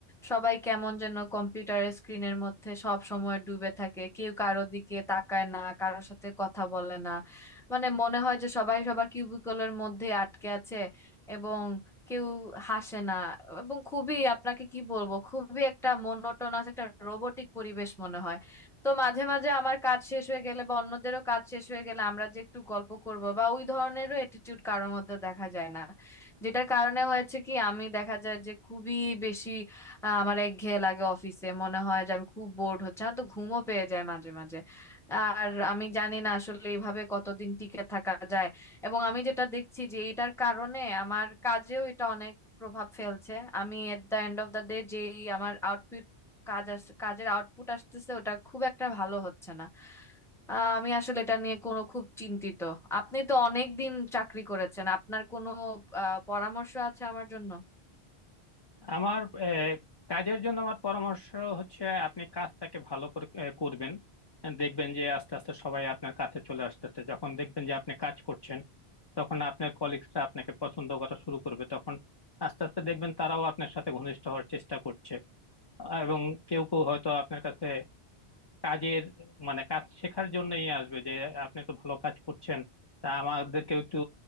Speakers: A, in the centre; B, on the left (about 40°).
A: সবাই কেমন যেন কম্পিউটারের স্ক্রিনের মধ্যে সব সময় ডুবে থাকে কেউ কারো দিকে তাকায় না কারোর সাথে কথা বলে না মানে মনে হয় যে সবাই সবার কিউবিকলের মধ্যে আটকে আছে এবং কেউ হাসে না এবং খুবই আপনাকে কি বলবো খুবই একটা মোনোটোনাস একটা রোবটিক পরিবেশ মনে হয় তো মাঝে মাঝে আমার কাজ শেষ হয়ে গেলে বা অন্যদেরও কাজ শেষ হয়ে গেলে আমরা যে একটু গল্প করব বা ওই ধরনেরও অ্যাটিটিউড কারোর মধ্যে দেখা যায় না যেটার কারণে হয়েছে কি আমি দেখা যায় যে খুবই বেশি আহ, আমার একঘেয়ে লাগে অফিসে মনে হয় যে আমি খুব বোর্ড হচ্ছে আমার তো ঘুমও পেয়ে যায় মাঝে মাঝে আর আমি জানি না আসলে এইভাবে কতদিন টিকে থাকা যায় এবং আমি যেটা দেখছি যে এটার কারণে আমার কাজেও এটা অনেক প্রভাব ফেলছে আমি at the end of the day যেই আমার কাজ আস কাজের আউটপুট আসতেছে ওটা খুব একটা ভালো হচ্ছে না আহ, আমি আসলে এটা নিয়ে কোনো খুব চিন্তিত আপনি তো অনেক দিন চাকরি করেছেন আপনার কোনো আহ, পরামর্শ আছে আমার জন্য
B: আমার আহ, কাজের জন্য আমার পরামর্শ হচ্ছে আপনি কাজটাকে ভালো করে আহ, করবেন দেখবেন যে আস্তে আস্তে সবাই আপনার কাছে চলে আসতেছে যখন দেখবেন যে আপনি কাজ করছেন তখন আপনার কলিগসরা আপনাকে পছন্দ করা শুরু করবে তখন আস্তে আস্তে দেখবেন তারাও আপনার সাথে ঘনিষ্ঠ হওয়ার চেষ্টা করছে এবং কেউ কেউ হয়তো আপনার কাছে কাজের মানে কাজ শেখার জন্যই আসবে যে আপনি তো ভালো কাজ করছেন তা আমাদেরকেও একটু